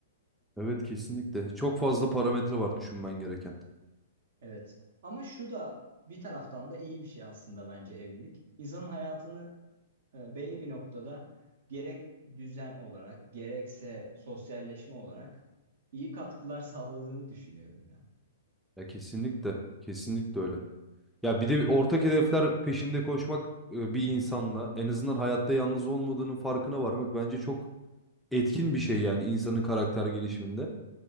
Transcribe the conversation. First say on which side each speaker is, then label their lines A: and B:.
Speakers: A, in the centre; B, on the right (about 60°).
A: Evet kesinlikle. Çok fazla parametre var düşünmen gereken.
B: Evet. Ama şu da bir taraftan da iyi bir şey aslında bence evlilik. İnsanın hayatını E, belli bir noktada gerek düzen olarak gerekse sosyalleşme olarak iyi katkılar <laughs> sağladığını düşünüyorum ya.
A: Ya kesinlikle. Kesinlikle öyle. Ya bir de ortak hedefler peşinde koşmak e, bir insanla en azından hayatta yalnız olmadığının farkına varmak bence çok etkin bir şey yani insanın karakter gelişiminde.